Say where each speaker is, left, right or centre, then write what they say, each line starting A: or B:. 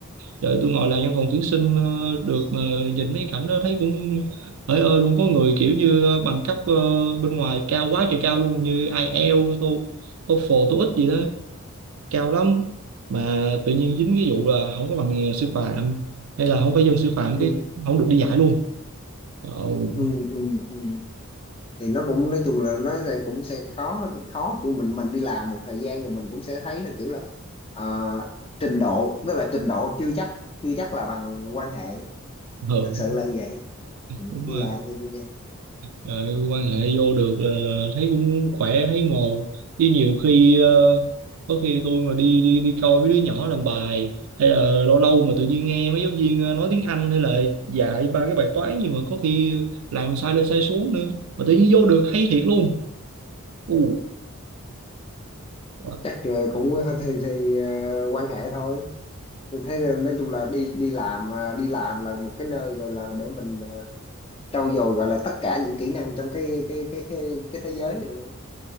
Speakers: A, on the right (about 65°); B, on the left (about 25°).
A: để tôi ngồi làm văn phòng tuyển sinh ờ, được mà nhìn mấy cảnh đó thấy cũng hỡi ơi luôn có người kiểu như ờ, bằng cấp ờ, bên ngoài cao quá trời cao luôn như ai IELTS, tô- TOEFL, TOEIC gì đó cao lắm mà tự nhiên dính cái vụ là không có bằng ờ, sư phạm hay là không phải dân sư phạm
B: ừ
A: cái không được đi dạy luôn Trời cũng
B: ừ ừ ừ thì nó cũng nói chung là nó sẽ cũng sẽ khó khó kiểu mình mình đi làm một thời gian rồi mình cũng sẽ thấy là kiểu là ờ, trình độ tức là trình độ chưa chắc chưa chắc là bằng quan hệ
A: hờ
B: thật sự
A: đúng,
B: là như vậy ừ,
A: đúng
B: đi
A: rồi.
B: làm thì tôi vậy.
A: Rồi quan hệ vô được là, là thấy cũng khỏe thấy mồ chứ nhiều khi ờ, có khi tôi mà đi đi đi coi mấy đứa nhỏ làm bài hay là lâu lâu mà tự nhiên nghe mấy giáo viên ờ, nói tiếng Anh hay là dạy ba cái bài toán gì mà có khi làm sai lên sai xuống nữa mà tự nhiên vô được hay thiệt luôn. Ồ, <laughs>
B: chắc là cũng thì thì ờ, quan hệ thôi tôi thấy là nói chung là đi đi làm ờ, đi làm là một cái nơi gọi là để mình ờ, trau dồi gọi là tất cả những kỹ năng trong cái cái cái cái, cái thế giới này luôn á.